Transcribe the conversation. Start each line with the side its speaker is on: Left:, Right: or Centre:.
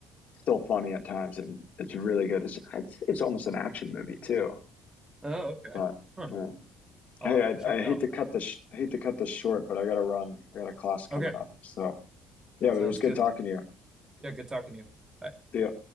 Left: still funny at times, and it's really good. It's it's, it's almost an action movie too.
Right: Oh, okay.
Left: But
Right: Huh.
Left: yeah.
Right: I'll
Left: hey,
Right: have to check
Left: I, I
Right: that
Left: hate
Right: one
Left: to cut
Right: out.
Left: this I hate to cut this short, but I got to run. I got a class coming
Right: Okay.
Left: up. So yeah,
Right: Sounds
Left: but it was good
Right: good.
Left: talking to you.
Right: Yeah, good talking to you. Bye.
Left: See ya.